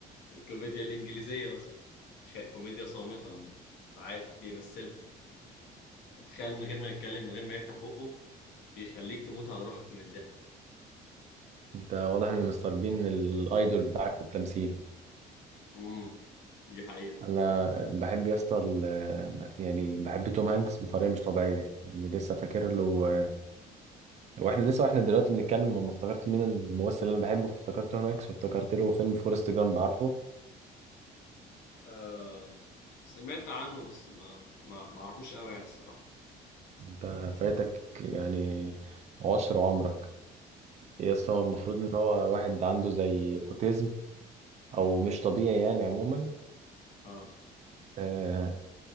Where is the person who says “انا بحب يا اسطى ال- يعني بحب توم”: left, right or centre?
Right